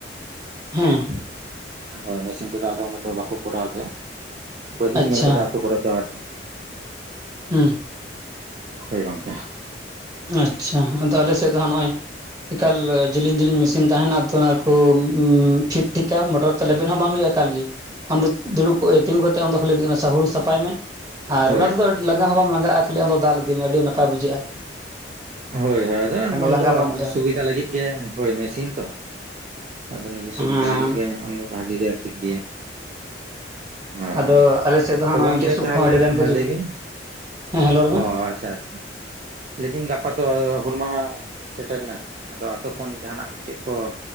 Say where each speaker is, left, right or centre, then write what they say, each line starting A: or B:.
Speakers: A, on the right; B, on the right.
A: ᱦᱩᱸ,
B: ᱦᱳᱭ ᱢᱮᱥᱤᱱ ᱛᱮᱫᱚ ᱟᱫᱚ ᱚᱱᱮ ᱫᱚ ᱵᱟᱠᱚ ᱠᱚᱨᱟᱣ ᱜᱮᱭᱟ ᱵᱟᱹᱞᱤᱧ
A: ᱟᱪᱪᱷᱟ
B: ᱧᱮᱞ ᱟᱠᱟᱫᱟ ᱠᱚ ᱠᱚᱨᱟᱣ ᱫᱚ ᱟᱨᱠᱤ
A: ᱩᱸ ᱾
B: ᱦᱳᱭ ᱜᱚᱝᱠᱮ,
A: ᱟᱪᱪᱷᱟ ᱟᱫᱚ ᱟᱞᱮ ᱥᱮᱫ ᱫᱚᱦᱟᱜ ᱱᱚᱸᱜᱼᱚᱭ ᱮᱠᱟᱞ ᱡᱮᱞᱤᱧ ᱡᱮᱞᱤᱧ ᱢᱮᱥᱤᱱ ᱛᱟᱦᱮᱱᱟ ᱟᱫᱚ ᱚᱱᱟ ᱠᱚ ᱯᱷᱤᱴ ᱴᱷᱤᱠᱟ ᱢᱚᱴᱚᱨ ᱛᱚ ᱞᱮᱵᱮᱫ ᱦᱚᱸ ᱵᱟᱝ ᱦᱩᱭᱩᱜᱼᱟ ᱮᱠᱟᱞ ᱜᱮ ᱟᱢ ᱫᱚ ᱫᱩᱲᱩᱵ ᱠᱚᱜ ᱛᱤᱸᱜᱩ ᱠᱟᱛᱮᱫ ᱟᱢᱫᱚ ᱠᱷᱟᱹᱞᱤ ᱥᱟᱦᱩᱲ ᱥᱟᱯᱷᱟᱭ ᱢᱮ᱾ ᱟᱨ
B: ᱦᱳᱭ
A: ᱚᱱᱟᱛᱮᱫᱚ ᱟᱹᱰᱤ ᱞᱟᱸᱜᱟ ᱦᱚᱸ ᱵᱟᱢ ᱞᱟᱜᱟᱜᱼᱟ ᱠᱷᱟᱹᱞᱤ ᱟᱢ ᱫᱚ ᱫᱟᱞ ᱤᱫᱤ ᱢᱮ ᱟᱹᱰᱤ ᱱᱟᱯᱟᱭ ᱵᱩᱡᱷᱟᱹᱜᱼᱟ ᱾
B: ᱦᱳᱭ ᱦᱳᱭ ᱟᱫᱚ ᱢᱟᱱᱮ
A: ᱞᱟᱸᱜᱟ
B: ᱫᱚ
A: ᱵᱟᱢ ᱵᱩᱡᱷᱟᱹᱜᱼᱟ
B: ᱥᱩᱵᱤᱫᱟ ᱞᱟᱹᱜᱤᱫ ᱜᱮ ᱦᱳᱭ ᱢᱮᱥᱤᱱ ᱛᱚ ᱾ ᱟᱫᱚ ᱱᱤᱡᱮ ᱥᱩᱵᱤᱫᱷᱟ
A: ᱦᱮᱸ
B: ᱞᱟᱹᱜᱤᱫ ᱜᱮ ᱟᱢᱫᱚ ᱵᱷᱟᱜᱤ ᱜᱮ ᱫᱤᱠ ᱫᱤᱭᱮ ᱾ ᱦᱮᱸ,
A: ᱟᱫᱚ ᱟᱞᱮ ᱥᱮᱫ ᱫᱚ ᱦᱟᱸᱜ
B: ᱛᱚ
A: ᱱᱚᱜᱼᱚᱭ
B: ᱜᱚᱢᱠᱮ
A: ᱵᱩᱥᱩᱵ
B: ᱛᱟᱦᱚᱞᱮᱸ
A: ᱠᱚᱦᱚᱸ ᱟᱹᱰᱤ ᱜᱟᱱ ᱠᱚ
B: ᱢᱟ
A: ᱡᱩᱜ
B: ᱞᱟᱹᱭ ᱵᱤᱱ
A: ᱦᱮᱸ ᱦᱮᱸ ᱨᱚᱲ ᱵᱮᱱ
B: ᱚ ᱟᱪᱪᱷᱟ ᱟᱪᱷᱟ ᱞᱟᱹᱭᱫᱟᱹᱧ ᱜᱟᱯᱟ ᱫᱚ ᱦᱩᱞ ᱢᱟᱦᱟ ᱥᱮᱴᱮᱨ ᱮᱱᱟ ᱟᱫᱚ ᱟᱛᱳ ᱠᱷᱚᱱ ᱡᱟᱦᱟᱱᱟᱜ ᱪᱮᱫ ᱠᱚ